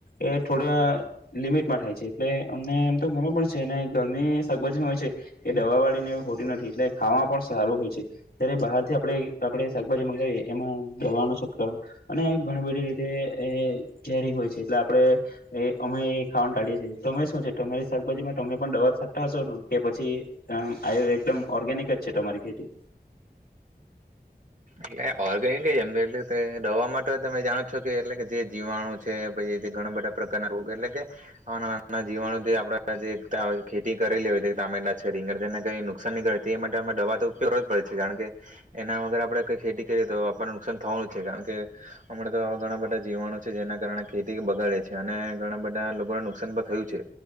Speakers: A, on the left; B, on the right.
A: એ થોડા લિમિટમાં થાય છે, એટલે અમને એમ તો ગમે પણ છે, અને ગરમી ની શાકભાજી હોય છે, એ દવા વાળી ને હાટી નથી એટલે ખાવામાં પણ સારું હોય છે. જ્યારે બહાર થી આપણે-આપણે શાકભાજી મંગાઈ એ એમાં દવાનો છટાવો અને ઘણી બધી રીતે એહ ઝેરી હોય છે, એટલે આપણે એ અમે ખાવાનું ટાળીએ છીએ. તમે શું છે, તમારી શાકભાજીમાં તમે પણ દવા છાટતા હશો ને કે પછી આએ એકદમ ઓર્ગેનિક તેજ છે તમારી ખેથી?
B: ઈએ ઓર્ગેનિક ગઈ અંદર એટલે તે દવા માટે તમે જાણો છો કે એટલે કે જે જીવાણું છે, પછી તે ઘણા બધા પ્રકારના રોગ એટલે કે નાના-નાના જીવાણુ તે આપડા જે ત્યાં ખેતી કરેલી હોએ તે ટામેટા છે, રીંગણ છે એને કઈ નુકસાન નહીં કરે. એ માટે અમે દવા તો ઉપયોગ જ પડે છે, કારણ કે એના વગર આપડે કઈ ખેતી કરીએ તો આપણને નુકસાન થવાનું જ છે. કારણ કે અમણાં તો આવા ઘણા બધા જીવાણુ છે, જેના કારણે ખેતી બગાડે છે, અને ઘણા બધા લોકોને નુકસાન પણ થયું છે.